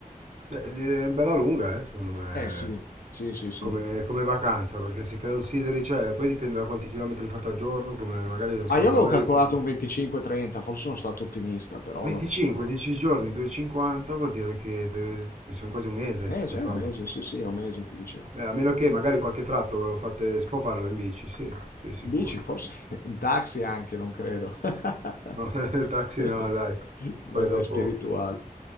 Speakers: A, on the right (about 50°); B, on the left (about 85°).
A: Beh, è bella lunga, eh, secondo me.
B: Eh, Eh, sì, sì, sì, sì.
A: Come, come vacanza, perché se consideri, cioè, poi dipende da quanti chilometri fate al giorno, come magari, non
B: Ma
A: so,
B: io
A: magari
B: avevo calcolato
A: qualche-
B: un 25-30, forse sono stato ottimista, però
A: 25,
B: non lo so.
A: 10 giorni, 2,50 vuol dire che deve- sono quasi un mese
B: Mese,
A: per
B: è
A: farlo.
B: un mese, sì, sì, è un mese, ti dicevo.
A: Eh, a meno che magari qualche tratto ve lo fate, si può farlo in bici, sì, sì, sicuro.
B: In bici, forse <laughs> in taxi anche, non credo. <laughs>
A: No, <laughs> il taxi no, dai.
B: Non
A: Poi dopo
B: è spirituale.